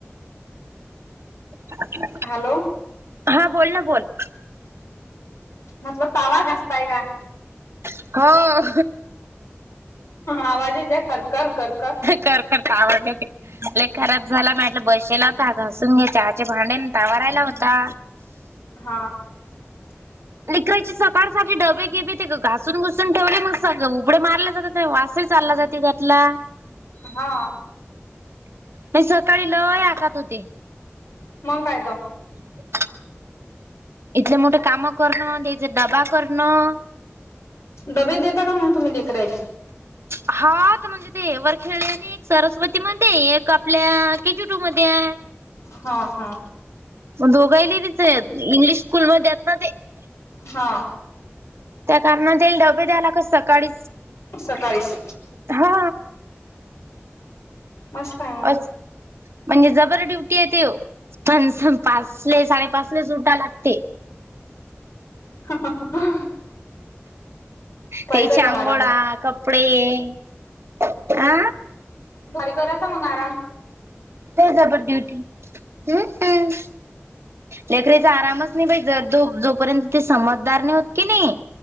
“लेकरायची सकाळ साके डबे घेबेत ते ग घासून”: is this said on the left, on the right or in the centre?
Right